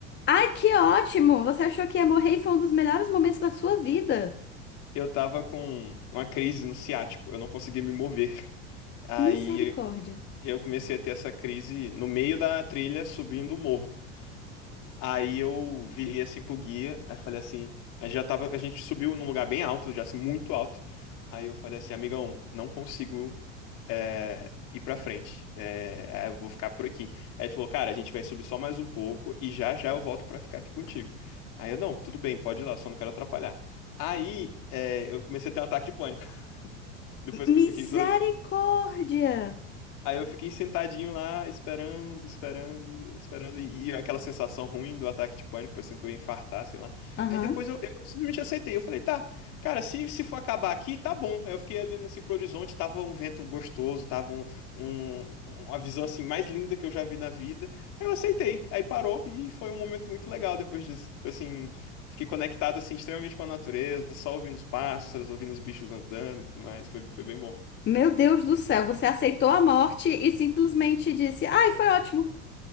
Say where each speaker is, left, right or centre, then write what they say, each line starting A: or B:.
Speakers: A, on the left (about 30°); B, on the left (about 55°).
A: Ai, que ótimo! Você achou que ia morrer e foi um dos melhores momentos da sua vida.
B: Eu tava com uma crise no ciático, eu não conseguia me mover. Aí
A: Misericórdia.
B: eu comecei a ter essa crise no meio da trilha, subindo o morro. Aí eu virei assim pro guia, aí falei assim, a gente já tava, a gente subiu num lugar bem alto, já assim, muito alto. Aí eu falei assim, amiga 1, não consigo é, ir pra frente, é, é, eu vou ficar por aqui. Aí ele falou, cara, a gente vai subir só mais um pouco e já já eu volto pra ficar aqui contigo. Aí eu, não, tudo bem, pode ir lá, só não quero atrapalhar. Aí é, eu comecei a ter um ataque de pânico, <laughs> depois que
A: Misericórdia!
B: eu fiquei sozinho. Aí eu fiquei sentadinho lá, esperando, esperando, esperando, e, e aquela sensação ruim do ataque de pânico, parecendo que eu ia infartar, sei lá.
A: Aham.
B: Aí depois eu, eu simplesmente aceitei. Eu falei, tá, cara, se, se for acabar aqui, tá bom. Aí eu fiquei ali assim pro horizonte, tava um vento gostoso, tava um, um- um, uma visão assim mais linda que eu já vi na vida. Aí eu aceitei. Aí parou e foi um momento muito legal depois disso. Foi assim, fiquei conectado assim extremamente com a natureza, só ouvindo os pássaros, ouvindo os bichos andando e tudo mais. Foi, foi bem bom.
A: Meu Deus do céu, você aceitou a morte e simplesmente disse: Ai, foi ótimo.